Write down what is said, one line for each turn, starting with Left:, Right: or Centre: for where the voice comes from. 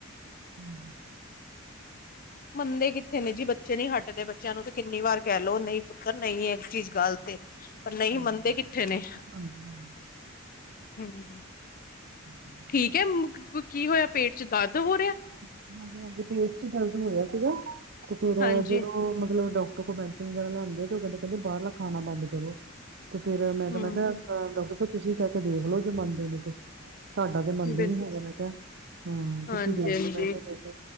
Right: ਹੂੰ
Left: ਮੰਨਦੇ ਕਿੱਥੇ ਨੇ ਜੀ ਬੱਚੇ ਨਹੀ ਹੱਟਦੇ, ਬੱਚਿਆਂ ਨੂੰ ਤੇ ਕਿੰਨੀ ਵਾਰ ਕਹਿ ਲਓ, ਨਹੀਂ ਪੁੱਤਰ ਨਹੀਂ, ਇੱਹ ਚੀਜ਼ ਗੱਲਤ ਏ। ਪਰ ਨਹੀਂ
Right: ਹਾਂਜੀ-ਹਾਂਜੀ
Left: ਮੰਨਦੇ ਕਿੱਥੇ ਨੇ
Right: ਹਾਂ
Left: ਹੂੰ
Right: <inaudible>
Left: ਠੀਕ ਹੈ ਕੀ ਹੋਇਆ, ਪੇਟ'ਚ ਦਰਦ ਹੋ ਰਿਹਾ?
Right: ਹਾਂਜੀ-ਹਾਂਜੀ, ਪੇਟ'ਚ ਦਰਦ ਹੋ ਰਿਹਾ ਆ ਸੀਗਾ, ਤੇ ਫਿਰ
Left: ਹਾਂਜੀ
Right: ਜਦੋਂ ਮਤਲਬ ਡੌਕਟਰ ਕੋਲ ਬੈ ਵਗੈਰਾ ਲੈਦੇ, ਤੇ ਉਹ ਕਹਿੰਦੇ, ਕਹਿੰਦੇ ਬਾਹਰਲਾ ਖਾਣਾ ਬੰਦ ਕਰੋ, ਤੇ ਫੇਰ ਮੈਂ ਕਿਹਾ,
Left: ਹੂੰ
Right: ਮੈਂ ਕਿਹਾ ਡਾਕਟਰ ਤੁਸੀਂ ਕਹਿਕੇ ਦੇਖਲੋ, ਜੇ ਮੰਨਦੇ ਨੇ ਤੇ ਸਾਡਾ ਤਾ ਮੰਨਦੇ
Left: ਬਿਲ
Right: ਨੀ ਹੈਗੇ, ਮੈ ਕਿਹਾ, ਹਾਂ।
Left: ਹਾਂਜੀ
Right: ਤੁਸੀਂ ਦੇਖਲੋ
Left: ਹਾਂਜੀ
Right: ਕੇ ਲੈਕੇ,